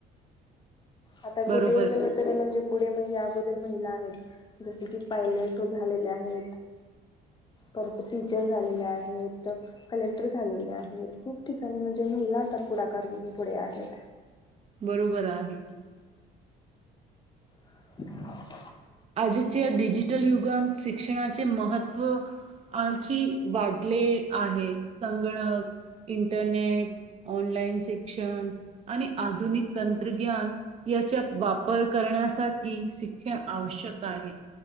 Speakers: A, on the left; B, on the right.
A: आता
B: बरोबर
A: कुठेही गेल तरी म्हणजे पुढे म्हणजे अगोदर महिला आहेत जसे की पायलट झालेल्या आहेत, परत टीचर झालेले आहेत कलेक्टर झालेले आहेत खूप ठिकाणी म्हणजे महिला आता पुढाकार घेऊन पुढे आहेत.
B: बरोबर आहे.
A: <inaudible>
B: आजीच्या डिजिटल युगात शिक्षणाचे महत्त्व आणखी वाढले आहे. संगणक, इंटरनेट, ऑनलाइन शिक्षण आणि आधुनिक तंत्रज्ञान याचा वापर करण्यासाठी शिक्षण आवश्यक आहे